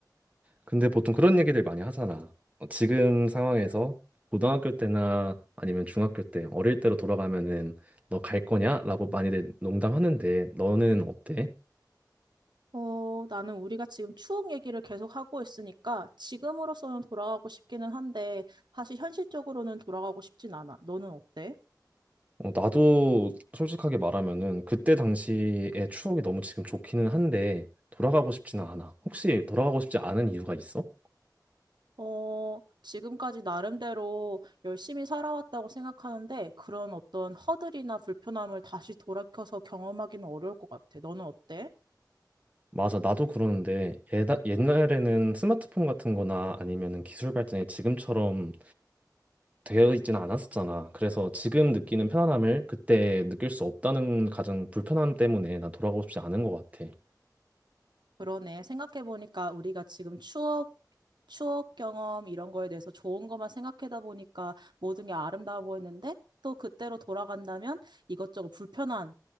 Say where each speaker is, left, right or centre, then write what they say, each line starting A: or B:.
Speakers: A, on the right; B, on the right.
A: 근데 보통 그런 얘기들 많이 하잖아. 어, 지금 상황에서 고등학교 때나 아니면 중학교 때 어릴 때로 돌아가면은 너 갈 거냐? 라고 많이들 농담하는데 너는 어때?
B: 어, 나는 우리가 지금 추억 얘기를 계속 하고 있으니까 지금으로서는 돌아가고 싶기는 한데 사실 현실적으로는 돌아가고 싶진 않아. 너는 어때?
A: 어, 나도 솔직하게 말하면은 그때 당시의 추억이 너무 지금 좋기는 한데 돌아가고 싶지는 않아. 혹시 돌아가고 싶지 않은 이유가 있어?
B: 어, 지금까지 나름대로 열심히 살아왔다고 생각하는데 그런 어떤 허들이나 불편함을 다시 돌이켜서 경험하기는 어려울 것 같아. 너는 어때?
A: 맞아, 나도 그러는데 예, 옛날에는 스마트폰 같은 거나 아니면은 기술 발전이 지금처럼 되어 있지는 않았었잖아. 그래서 지금 느끼는 편안함을 그때 느낄 수 없다는 가장 불편함 때문에 난 돌아가고 싶지 않은 것 같아.
B: 그러네. 생각해보니까 우리가 지금 추억, 추억 경험 이런 거에 대해서 좋은 것만 생각하다 보니까 모든 게 아름다워 보였는데 또 그때로 돌아간다면 이것저것 불편한